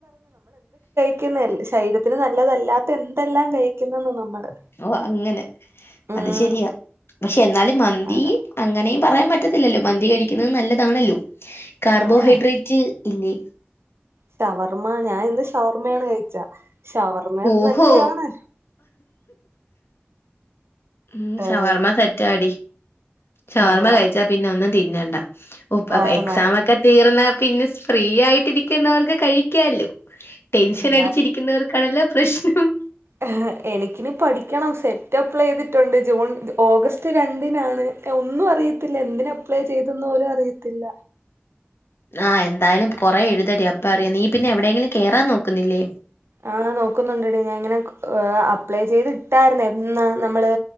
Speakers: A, on the right; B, on the left.
A: യ്ക്കുന്നല്ലേ ശരീരത്തിന് നല്ലതല്ലാത്ത എന്തെല്ലാം കഴിക്കുന്നെന്നോ നമ്മള്
B: ഓഹ് അങ്ങനെ
A: ഉം
B: അത് ശരിയാ പക്ഷെ എന്നാലും മന്തി
A: അതെ
B: അങ്ങനെയും പറയാൻ പറ്റത്തില്ലല്ലോ മന്തി കഴിക്കുന്നതും നല്ലതാണല്ലോ കാർബോഹൈഡ്രേറ്റ്
A: ആഹ്
B: ഇല്ലെ
A: ഷവർമ്മ ഞാൻ ഇന്ന് ഷവർമ്മയാണ് കഴിച്ച ഷവർമ്മ
B: ഓഹോ
A: നല്ലയാണ്
B: ഉം ഷവർമ്മ
A: ഏഹ്
B: സെറ്റാടി ഷവർമ്മ
A: അതാ
B: കഴിച്ചാ പിന്നെ ഒന്നും തിന്നണ്ട ഓഹ്
A: വയറ്
B: പ എക്സാമൊക്കെ
A: നിറഞ്ഞു
B: തീർന്നാ പിന്നെ ഫ്രീ ആയിട്ടിരിക്കുന്നവർക്ക് കഴിയ്ക്കാല്ലോ ടെൻഷനടിച്ചിരിക്കുന്നവർക്കാണല്ലോ
A: ഫ്രീ
B: പ്രശ്നം
A: ആഹ് എനിക്കിനി പഠിക്കണം സെറ്റ് അപ്ലൈ ചെയ്തിട്ടുണ്ട് ജൂൺ ഓഗസ്റ്റ് രണ്ടിനാണ് ഏ ഒന്നും അറിയത്തില്ല എന്തിന് അപ്ലൈ ചെയ്തെന്ന് പോലും അറിയത്തില്ല
B: ആഹ് എന്തായാലും കൊറേ എഴുതെടി അപ്പ അറിയാം നീ പിന്നെ എവിടെയെങ്കിലും കേറാൻ നോക്കുന്നില്ലേ
A: ആഹ് നോക്കുന്നുണ്ടെടി ഞാൻ ഇങ്ങനെ അപ്ലൈ ചെയ്ത് ഇട്ടായിരുന്നെ എന്നാ നമ്മള്